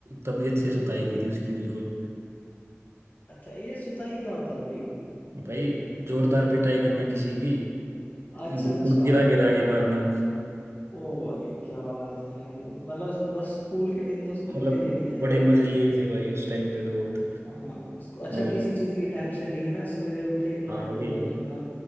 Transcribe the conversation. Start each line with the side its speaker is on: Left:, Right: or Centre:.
Right: तबीयत से सुताई की थी उसकी बिल्कुल
Left: अच्छा ये सुताई क्या होता है भाई
Right: भाई जोरदार पिटाई करना किसी की
Left: अच्छा
Right: बिल्कुल
Left: अच्छा
Right: गिरा गिरा के मारना
Left: ओ भाई क्या बात है मतलब बस स्कूल के दिन तो स्कूल
Right: मतलब
Left: के दिन ही थे
Right: बड़े
Left: यार
Right: मजे लिए थे भाई उस टाइम पे तो बहुत
Left: हाँ इसको अच्छा
Right: तो,
Left: किसी चीज की टेंशन नहीं है ना सवेरे उठे नहाए
Right: हाँ वही
Left: धोए अपना